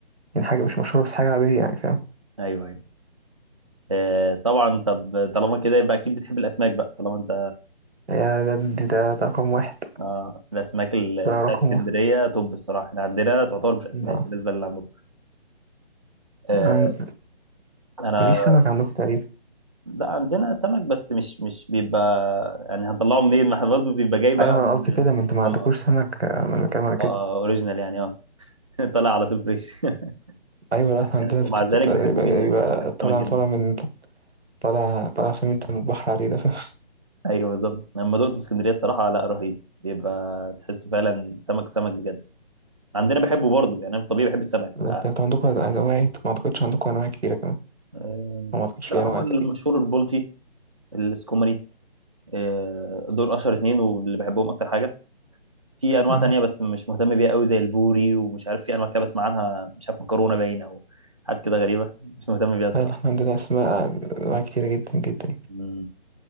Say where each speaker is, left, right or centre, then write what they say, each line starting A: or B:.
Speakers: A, on the right; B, on the right.
A: يعني حاجة مش مشهورة بس حاجة عادية يعني فاهم
B: ايوه ايوه آه طبعا طب طالما كده يبقى اكيد بتحب الاسماك بقى طالما انت
A: يا ده دي- ده ده رقم واحد
B: آه الاسماك ال-
A: ده
B: بتاعت
A: رقم
B: اسكندريه
A: واحد
B: طب الصراحه احنا عندنا تعتبر مش اسماك
A: ما
B: بالنسبه اللي عندكم آه
A: أم-
B: انا
A: مفيش سمك عندكم تقريبا
B: لا عندنا سمك بس مش مش بيبقى يعني هنطلعه منين ما احنا برضه بيبقى جاي بقى
A: ايوه انا
B: من
A: قصدي كده ما انت ما
B: اه
A: عندكوش
B: اه
A: سمك آه، ما انا بتكلم على كده
B: اه اوريجينال يعني اه <laughs> طالع على طول فريش <laughs>
A: ايوه لا احنا عندنا
B: ومع
A: بت-
B: ذلك
A: بت-
B: بحبه
A: يبقى
B: جدا
A: يبقى
B: انا بحب السمك
A: طالع
B: جدا
A: طالع من طالع طالع فاهم انت من البحر عليه ده فاهم
B: ايوه بالظبط لما دقته في اسكندريه الصراحه لا رهيب بيبقى تحسه فعلا سمك سمك بجد عندنا بحبه برضه يعني انا في الطبيعي بحب السمك
A: <laughs> انت
B: ف...
A: انت انتوا عندكم انواع انت ما اعتقدش عندكم انواع كتيره كمان
B: آه،
A: أو ما اعتقدش
B: لا
A: في
B: هو
A: انواع تقريبا
B: المشهور البلطي السكومري آه، دول اشهر اتنين واللي بحبهم اكتر حاجه في انواع
A: مهم.
B: تانية بس مش مهتم بيها قوي زي البوري ومش عارف في انواع كده بسمع عنها مش عارف مكرونه باين او حاجات كده غريبه مش مهتم بيها الصراحه
A: ايوه احنا عندنا اسماء انواع كتيره جدا جدا
B: مم.